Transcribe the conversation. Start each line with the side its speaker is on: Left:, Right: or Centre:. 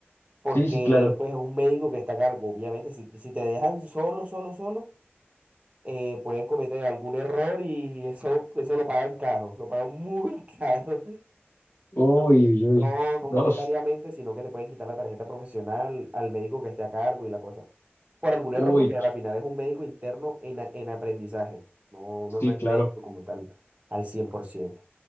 Right: porque
Left: Sí, sí, claro.
Right: pues es un médico que está a cargo. Obviamente, si, tú- si te dejan solo, solo, solo, eh, puedes cometer algún error y eso, eso lo pagan caro, lo pagan muy <laughs> caro.
Left: Uy,
Right: Entonces,
Left: uy, uy.
Right: no, no
Left: Dos.
Right: monetariamente, sino que te pueden quitar la tarjeta profesional al médico que esté a cargo y la cosa. Por algún
Left: Uy,
Right: error, porque al final es un médico interno en, a- en aprendizaje. No,
Left: sí,
Right: no, no es
Left: claro.
Right: médico como tal al 100%